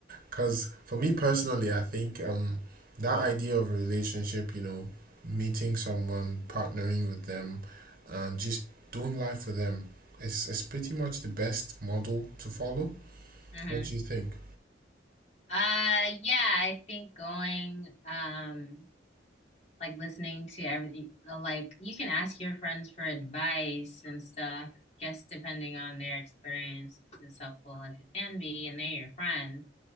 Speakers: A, on the right; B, on the left.
A: Because for me personally, I think um, that idea of a relationship, you know, meeting someone, partnering with them, and just doing life with them is, is pretty much the best model to follow.
B: hmm
A: What do you think?
B: Uh, yeah, I think going, um, like listening to everything, like you can ask your friends for advice and stuff, just depending on their experience, it's as helpful as it can be, and they're your friend.